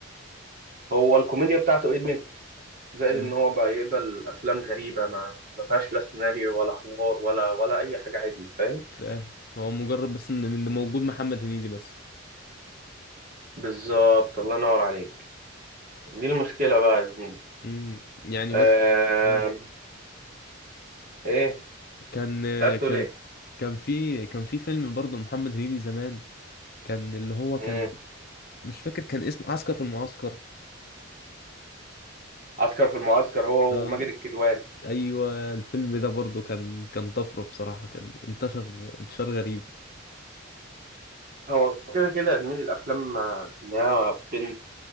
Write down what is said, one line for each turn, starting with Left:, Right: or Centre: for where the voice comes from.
Right: هو الكوميديا بتاعته قدمت زائد
Left: مم.
Right: إن هو بقى يقبل أفلام غريبة ما ما فيهاش لا سيناريو ولا حوار ولا ولا أي حاجة عدلة فاهم
Left: ف- هو مجرد بس ان إن موجود محمد هنيدي بس
Right: بالظبط الله ينور عليك دي المشكلة بقى يا زميلي
Left: مم. يعني
Right: آه...
Left: بس آه.
Right: إيه
Left: كان
Right: أنت عايز تقول
Left: كان كان في كان في فيلم برضه محمد هنيدي زمان كان اللي هو
Right: إيه؟
Left: كان مش فاكر كان اسم عسكر في المعسكر
Right: عسكر في المعسكر هو
Left: آه.
Right: وماجد الكدواني
Left: ايوه الفيلم ده برضه كان كان طفره بصراحه كان انتشر انتشار غريب
Right: هو كده كده يا زميلي الافلام آه، اللي هي بين